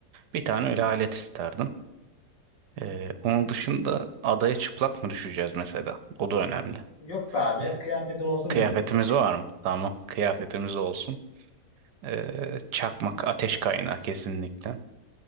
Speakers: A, on the right (about 70°); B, on the left (about 85°).
A: Bir tane öyle alet isterdim. Ee, onun dışında adaya çıplak mı düşeceğiz mesela? O da önemli.
B: Yok be abi
A: Ee,
B: kıyafetin olsun
A: kıyafetimiz
B: üzerinde.
A: var mı? Tamam, kıyafetimiz olsun. Ee, çakmak, ateş kaynağı kesinlikle.